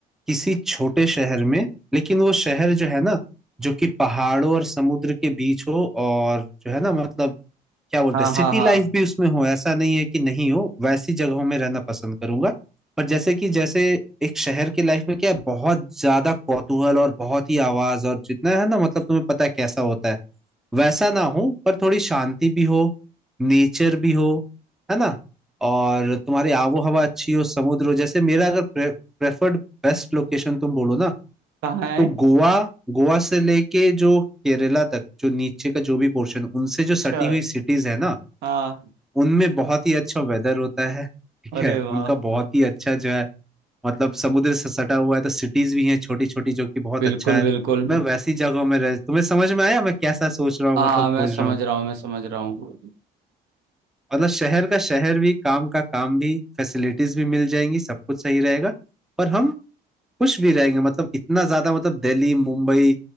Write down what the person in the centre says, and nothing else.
किसी छोटे शहर में लेकिन वो शहर जो है ना जो कि पहाड़ों और समुद्र के बीच हो और जो है ना मतलब क्या बोलते
हैं सिटी
लाइफ भी उसमें हो ऐसा नहीं है कि नहीं हो वैसी जगहों में रहना पसंद करूंगा पर जैसे कि जैसे एक शहर की लाइफ में क्या है बहुत ज्यादा कौतूहल और बहुत ही आवाज और जितना है ना मतलब तुम्हें पता है कैसा होता है वैसा ना हो पर थोड़ी शांति भी हो नेचर भी हो है ना और तुम्हारी आबो हवा अच्छी हो समुद्र हो जैसे मेरा अगर प्रे, प्रेफर्ड बेस्ट लोकेशन तुम बोलो ना
तो गोवा गोवा से लेके जो केरला तक जो नीचे का जो भी पोर्शन उनसे जो सटी
हुई सिटीज है ना
उनमें बहुत ही अच्छा वेदर होता है ठीक
है
उनका बहुत ही अच्छा जो है मतलब समुद्र से सटा हुआ है तो सिटीज भी हैं छोटी छोटी जो कि बहुत
अच्छा है
मैं वैसी जगहों में रह तुम्हें समझ में आया मैं कैसा सोच रहा हूँ
मतलब खोज
रहा हूँ
मतलब शहर का शहर भी काम का काम भी फैसिलिटीज भी मिल जाएंगी सब कुछ सही रहेगा पर हम खुश भी रहेंगे मतलब इतना ज्यादा मतलब दिल्ली मुंबई